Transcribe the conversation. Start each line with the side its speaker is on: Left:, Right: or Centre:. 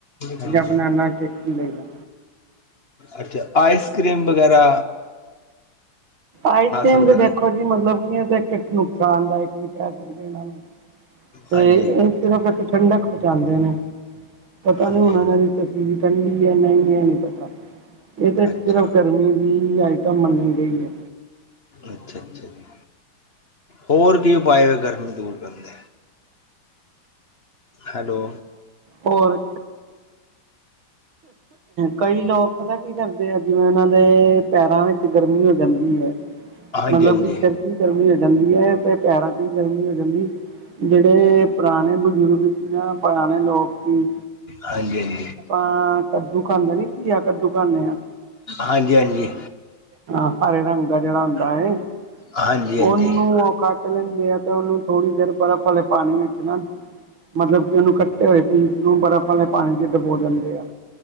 Left: ਹਾਂਜੀ
Right: ਜਾਂ ਬਨਾਨਾ ਸ਼ੇਕ ਪੀ ਲਈਦਾ।
Left: ਅੱਛਾ ਆਈਸ ਕੀ੍ਮ ਵ਼ਗੈਰਾ
Right: ਆਈਸ ਕੀ੍ਮ
Left: ਸਕਦੇ
Right: ਤੇ ਦੇਖੋ
Left: ਨੇ
Right: ਮਤਲਬ ਕੀ ਇਹ ਤੇ ਇੱਕ ਇੱਕ ਨੁਕਸਾਨਦਾੲਕ ਵੀ ਕੈ ਸਕਦੇ ਏਨਾਂ ਨੂੰ ਤੇ
Left: ਹਾਂਜੀ
Right: ਸਿਰਫ ਇੱਕ ਠੰਡਕ ਪੋਹਚਾਂਦੇ ਨੇ, ਪਤਾ
Left: ਹਾਂਜੀ
Right: ਨੀ ਹੁਨ
Left: ਹਾਂਜੀ
Right: ਏਨਾਂ ਦੀ ਤਸੀਰ ਠੰਡੀ ਐ, ਨਈ ਐ, ਏ ਨੀ ਪਤਾ ਏ ਤੇ
Left: ਅੱਛਾ
Right: ਸਿਰਫ ਗਰਮੀ ਦੀ ਆਈਟਮ ਮੰਨੀ ਗਈ ਏ।
Left: ਅੱਛਾ-ਅੱਛਾ ਜੀ। ਹੋਰ ਕੀ ਉਪਾਏ ਗਰਮੀ ਦੂਰ ਕਰਨ ਦੇ? ਹੈਲੋ
Right: ਹੋਰ ਕਈ ਲੋਕ ਪਤਾ ਕੀ ਕਰਦੇ ਆ ਜਿਵੇਂ ੳਨਾਂ ਦੇ ਪੈਰਾਂ ਵਿੱਚ ਗਰਮੀ ਹੋ ਜਾਂਦੀ ਐ
Left: ਹਾਂਜੀ
Right: ਮਤਲਬ ਕਿ
Left: ਹਾਂਜੀ
Right: ਸਿਰ ਚ ਵੀ ਗਰਮੀ ਹੋ ਜਾਂਦੀ ਐ ਤੇ ਪੈਰਾਂ ਤੇ ਗਰਮੀ ਹੋ ਜਾਂਦੀ ਜੇੜੇ ਪੁਰਾਨੇ ਬਜੁਰਗ ਸੀ ਨਾ, ਪੁਰਾਨੇ ਲੋਕ ਸੀ
Left: ਹਾਂਜੀ-ਹਾਂਜੀ।
Right: ਹਾਂ ਕੱਦੂ ਖਾਂਦੇ ਨੀ, ਘੀਆ-ਕੱਦੂ ਖਾਂਨੇ ਆ
Left: ਹਾਂਜੀ-ਹਾਂਜੀ।
Right: ਹਾਂ ਹਰੇ ਰੰਗ ਦਾ ਜੇੜਾ ਹੁੰਦਾ ਏ।
Left: ਹਾਂਜੀ ਹਾਂਜੀ
Right: ੳਨੂੰ ਉਹ ਕੱਟ ਲੈਂਦੇ ਆ ਤੇ ੳਨੂੰ ਥੋੜੀ ਦੇਰ ਬਰਫ ਵਾਲੇ ਪਾਨੀ ਵਿੱਚ ਨਾ ਮਤਲਬ ਕਿ ੳਨੂੰ ਕੱਟੇ ਹੋਏ ਪੀਸ ਨੂੰ ਬਰਫ ਵਾਲੇ ਪਾਨੀ ਵਿਚ ਡਬੋ ਦੇਂਦੇ ਆ।